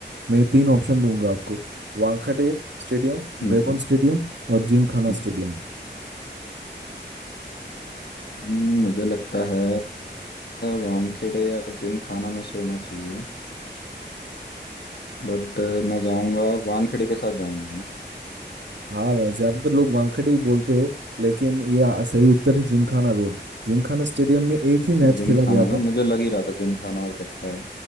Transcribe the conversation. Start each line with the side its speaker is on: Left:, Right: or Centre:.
Right: मैं ये तीन ऑप्शन दूंगा आपको वानखेड़े स्टेडियम
Left: हम्म
Right: ब्रेबोन स्टेडियम और जिम खाना
Left: हम्म
Right: स्टेडियम
Left: हम्म, मुझे लगता है वानखेड़े या जिम खाना में से होना चाहिए बट मैं जाऊंगा वानखेड़े के साथ जाऊंगा मैं
Right: हाँ ज्यादातर लोग वानखेड़े ही बोलते हैं लेकिन ये सही उत्तर है Gymkhana road Gymkhana stadium में एक ही मैच
Left: जिम
Right: खेला
Left: खाना
Right: गया था
Left: ना मुझे लग ही रहा था जिम खाना हो सकता है